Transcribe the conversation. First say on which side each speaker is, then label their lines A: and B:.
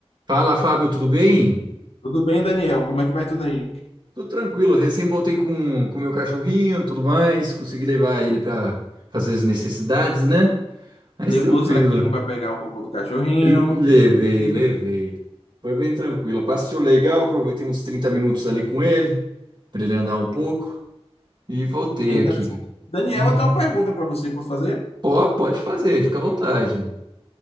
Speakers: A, on the right; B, on the left.
A: Fala, Fábio, tudo bem?
B: Tudo bem, Daniel? Como é que vai tudo aí?
A: Tudo tranquilo, recém voltei com o meu cachorrinho, tudo mais, consegui levar ele para fazer as necessidades, né? Mas
B: Levou
A: tranquilo.
B: o saquinho para pegar o cocô do cachorrinho,
A: L- Levei,
B: tudo aqui.
A: levei. Foi bem tranquilo. Passeio legal, aproveitei uns 30 minutos ali com ele, para ele andar um pouco e voltei
B: Bem interessante.
A: aqui.
B: Daniel,
A: Uhum.
B: eu tenho uma pergunta para você, posso fazer?
A: Ó, pode fazer, fica à vontade.